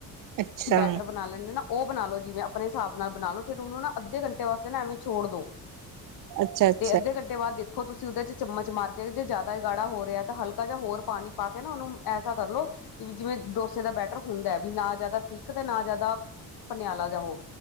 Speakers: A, on the right (about 60°); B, on the left (about 70°).
A: ਅੱਛਾ
B: ਬੈਟਰ ਬਣਾ ਲੈਂਦੇ ਨਾ ਉਹ ਬਣਾ ਲਓ ਜਿਵੇਂ ਆਪਣੇ ਹਿਸਾਬ ਨਾਲ ਬਣਾ ਲਓ। ਫਿਰ ਉਹਨੂੰ ਨਾ ਅੱਧੇ ਘੰਟੇ ਵਾਸਤੇ ਨਾ ਐਵੇਂ ਛੋੜ ਦੋ।
A: ਅੱਛਾ ਅੱਛਾ
B: ਤੇ ਅੱਧੇ ਘੰਟੇ ਬਾਅਦ ਦੇਖੋ ਤੁਸੀਂ ਉਹਦੇ ਚ ਚਮਚ ਮਾਰ ਕੇ ਜੇ ਜ਼ਿਆਦਾ ਗਾੜਾ ਹੋ ਰਿਹਾ ਤਾਂ ਹਲਕਾ ਜਾਂ ਹੋਰ ਪਾਣੀ ਪਾ ਕੇ ਨਾ ਉਹਨੂੰ ਐਸਾ ਕਰਲੋ ਕਿ ਜਿਵੇਂ ਡੋਸੇ ਦਾ ਬੈਟਰ ਹੁੰਦਾ ਵੀ ਨਾ ਜ਼ਿਆਦਾ ਥਿੱਕ ਤੇ ਨਾ ਜ਼ਿਆਦਾ ਪਨਿਆਲਾ ਜਾਂ ਉਹ